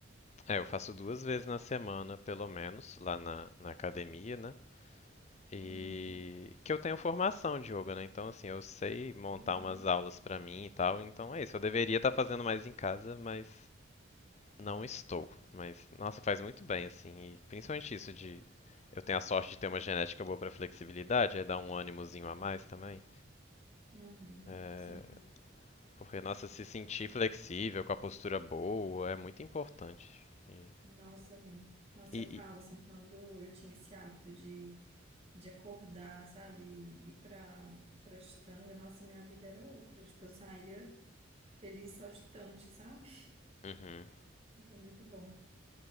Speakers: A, on the left (about 35°); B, on the right (about 30°).
A: É, eu faço duas vezes na semana, pelo menos, lá na, na academia, né? E
B: Uhum,
A: que eu tenho formação de yoga, né? Então, assim, eu sei montar
B: uhum,
A: umas aulas pra mim e tal. Então é isso. Eu deveria estar fazendo mais em casa, mas não estou. Mas, nossa, faz muito bem, assim. E principalmente isso de. Eu tenho a sorte de ter uma genética boa pra flexibilidade, é dar um ânimozinho a mais também.
B: uhum,
A: É,
B: sim.
A: porque, nossa, se sentir flexível, com a postura boa, é muito importante. E,
B: Nossa, muito. Nossa,
A: e, e-
B: eu falo assim, quando eu tinha esse hábito de, de acordar, sabe, e ir pra, pra estanga, nossa, minha vida era outra. Tipo, eu saía feliz, saltitante, sabe?
A: Uhum.
B: Era muito bom.